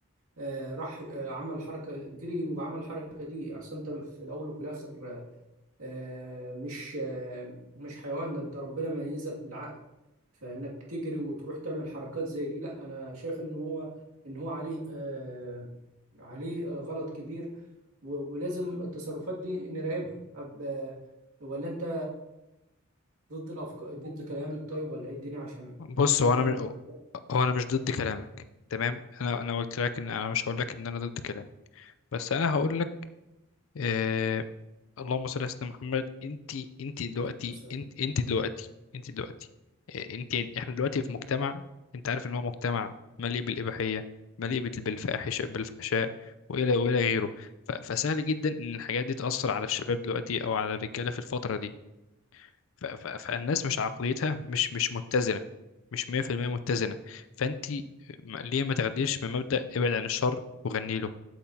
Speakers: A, on the right; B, on the left.
A: آه، راح آه، عمل حركه جري وعمل الحركه دي اصل انت في الاول وفي الاخر آه، مش آه، مش حيوان ده انت ربنا ميزك بالعقل فانك تجري وتروح تعمل حركات زي دي لا انا شايف ان هو ان هو عليه آه، عليه آه، غلط كبير و- ولازم التصرفات دي نراقبها أب- ولا انت ضد الافكار ضد كلامك طيب ولا ايه الدنيا عشان
B: بص
A: اكون
B: هو
A: فاهمك
B: انا م...
A: أكتر.
B: هو انا مش ضد كلامك تمام انا انا قلت لك ان انا مش هقول لك ان انا ضد كلامك بس انا هقول لك آه، اللهم صل على سيدنا محمد انت انت دلوقتي
A: مثال.
B: انت انت دلوقتي انت دلوقتي إيه، انت احنا دلوقتي في مجتمع انت عارف ان هو مجتمع مليء بالاباحيه مليء بال- بالفاحشه بالفحشاء والى والى غيره ف- فسهل جدا ان الحاجات دي تاثر على الشباب دلوقتي او على الرجاله في الفتره دي ف- ف- فالناس مش عقليتها مش مش متزنه مش 100% متزنه فانت م- ليه ما تاخديش بمبدا ابعد عن الشر وغني له